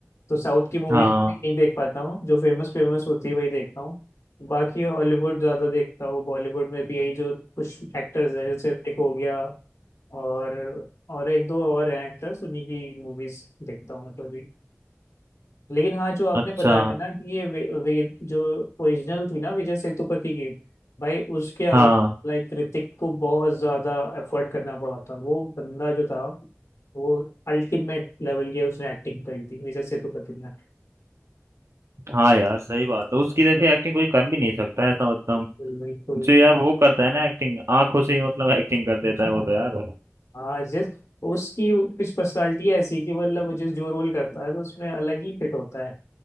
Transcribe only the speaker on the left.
तो साउथ की मूवीज
नहीं देख पाता हूँ जो फेमस फेमस होती है वही देखता हूँ बाकी हॉलीवुड ज्यादा देखता हूँ बॉलीवुड में भी यही जो कुछ एक्टर्स हैं जैसे ऋतिक हो गया और और एक दो और हैं एक्टर्स उन्हीं की मूवीज देखता हूँ मैं तो भी। लेकिन हाँ जो आपने
बताया ना कि ये वे, वे, जो ओरिजिनल थी ना विजय सेतुपति की भाई उसके आगे
लाइक ऋतिक को बहुत ज्यादा एफर्ट करना पड़ा था वो बंदा जो था वो अल्टीमेट लेवल की उसने एक्टिंग करी थी विजय सेतुपति ने
बिल्कुल बिल्कुल
<laughs>
हाँ जिस उसकी कुछ पर्सनालिटी ऐसी कि मतलब वो जिस जो रोल करता है तो उसमें अलग ही फिट होता है